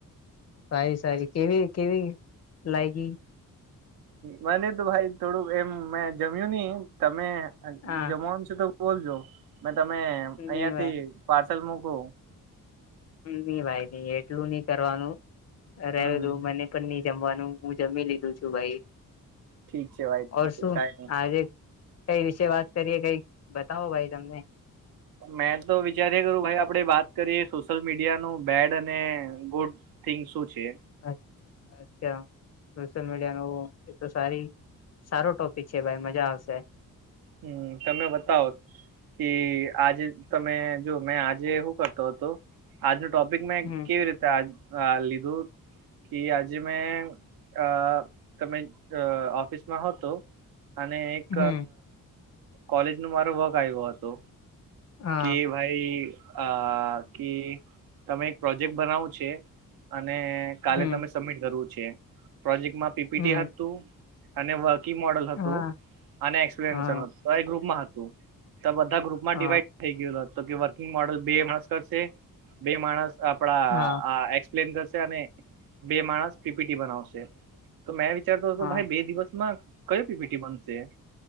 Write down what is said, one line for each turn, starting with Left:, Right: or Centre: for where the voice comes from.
Left: સારી સારી કેવી કેવી લાયગી.
Right: મને તો ભાઈ થોડુંક એમ મેં જમ્યું નહી તમે અ
Left: હા
Right: જમવાનું છો તો બોલજો મે તમે અહિયાં
Left: ની ભાઈ
Right: થી પાર્સલ મૂકો.
Left: ની ની ભાઈ ન એટલું નઈ કરવાનું રહેલું
Right: હમ
Left: મને પનની જમવાનું હું જમી લીધું છું ભાઈ.
Right: ઠીક છે ભાઈ ઠીક
Left: ઓર
Right: છે
Left: શું
Right: કઈ નહી.
Left: આજે. કઈ વિશે વાત કરીએ કઈ બતાવો ભાઈ તમને.
Right: મેં તો વિચારએ કરું ભાઈ આપડે વાત કરીએ સોશિયલ મીડિયા નું બેડ અને ગુડ. થિંગ શું છે?
Left: અચ્છ અચ્છા સોશ્યલ મીડિયા નો એ તો સારી સારો ટોપિક છે, ભાઈ મજા આવશે.
Right: હું તમે બતાવ. કે આજે તમે જોમેં આજે શું કરતો હતો. આજનું ટોપિક મેં
Left: હમ
Right: કેવી રીતે લીધું. કે આજે મેંઅ તમે ઓફિસમાં હતો. અને એક
Left: હમ
Right: કોલેજ નું મારો વર્ક આવ્યો હતો.
Left: હા
Right: કે ભાઈ આકે તમે એક પ્રોજેક્ટ બનાવો છે. અને કાલે
Left: હમ
Right: તમે સબમિટ કરવું છે, પ્રોજેક્ટમાં પીપીટી
Left: હમ
Right: હતું. અને વર્કી મોડલ હતું,
Left: હા
Right: અને એક્સપિરયન્સ
Left: હા
Right: હતું. ગ્રુપમાં હતું તો બધા ગ્રુપમાં
Left: હા
Right: ડિઈવાડ. થઈ ગયો તોકે વર્કિંગ મોડલ બે માણસ કરશે બે માણસ આપડા
Left: હા
Right: આંખ. એપ્ન કરશે અને બે માણસ પીપીટી બનાવશે. તોમેં વિચારતો હતો,
Left: હા
Right: ભાઈ બે દિવસમાં કંય પીપીટી બનશે.